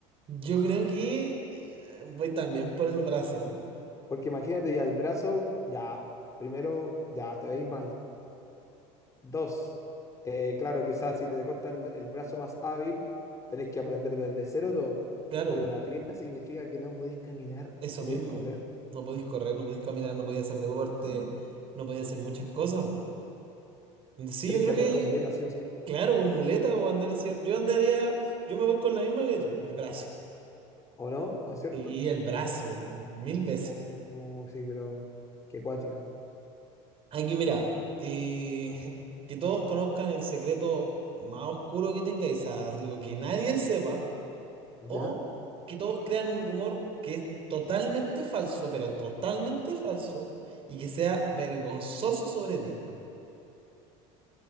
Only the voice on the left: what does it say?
Porque imagínate, ya el brazo, ya, primero, ya te veis mal. Dos, eh, claro, quizás si te cortan el brazo más hábil, tenéis que aprender desde cero todo.
Pero
una pierna significa que no podéis caminar,
no
podéis correr.
Mm,
Tenéis
que andar
con muletas, sí o sí.
¿O no? ¿No es cierto?
Oh, sí, pero qué cuático.
A ver,
¿ya?